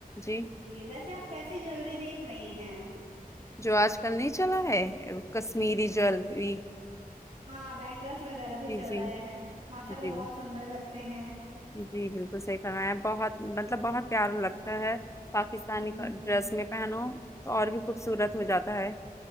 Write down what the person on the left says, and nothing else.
جی
جو آج کل نہیں چلا ہے کشمیری جولری
جی
جی بال-
جی بالکل صحیح فرمایا بہت مطلب بہت پیارا لگتا ہے پاکستانی
کا ڈریس میں پہنو تو اور بھی خوبصورت ہو جاتا ہے